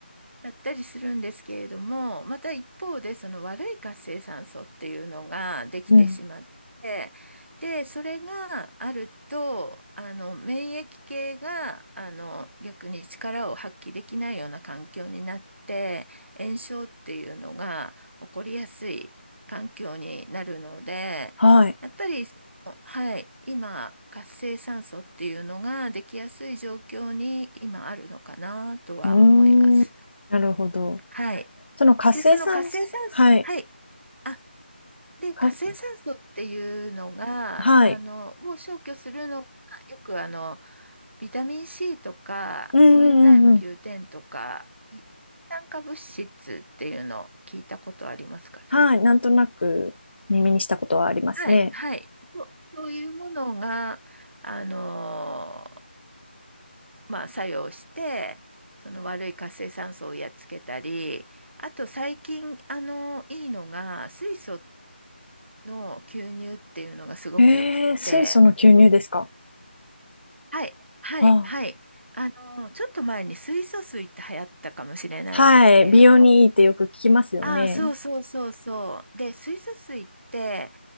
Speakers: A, on the right; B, on the left.
A: やったりするんですけれども、また一方でその悪い活性酸素っていうのができてしまって、
B: うん。
A: で、それがあると、あの免疫系があの逆に力を発揮できないような環境になって、炎症っていうのが起こりやすい環境になるので、
B: はい。
A: やっぱりその、はい、今、活性酸素っていうのができやすい状況に今あるのかなとは思います。
B: うーん、なるほど。
A: はい。
B: その活性酸素、
A: で、その活性酸素、
B: はい、
A: はい。あ、で、活性酸素っていうのが、
B: か、はい。
A: あの、を消去するのが、よくあの、ビタミン C とか、
B: うんうんうんうん。
A: コエンザイム Q10 とか、い酸化物質っていうのを聞いたことありますかね。
B: はい、なんとなく耳にしたことはありますね。
A: はい、はい。そうそういうものが、あのーまあ、作用して、その悪い活性酸素をやっつけたり、あと最近、あのいいのが、水素っの牛乳っていうのがすごくよくって、
B: えー、水素の吸入ですか。
A: はい、はい、
B: あ、
A: はい。あの、ちょっと前に水素水って流行ったかもしれないんですけれども、
B: はい、美容にいいってよく聞きますよね。
A: ああ、そうそうそうそう。で、水素水って